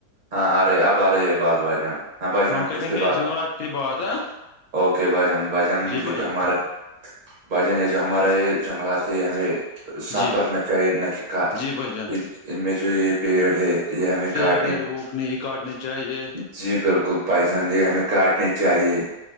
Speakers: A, on the right (about 35°); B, on the left (about 70°).
A: ہاں آ رہی ہے آپ آ رہی ہے بعد ب آ جان نہ ب جان ہم
B: کریں
A: کس پہ
B: گے
A: بات
B: جنگلات پہ بات ہے
A: اوکے بھجان بھجان
B: جی
A: ج
B: بھائی
A: جو
B: جان
A: ہمارے بھجن جو ہمارے جنگلاتے ہمیں صاف
B: جی
A: رکھنا چاہیے نہ کہ کا
B: جی بھائی جان
A: ان میں جو یہ پیڑ ہے یہ ہمیں
B: پیڑ
A: کاٹ
B: ہے وہ نہیں کاٹنے چاہیے
A: جی بالکل بھائی چان یہ ہمیں کاٹنے چاہیے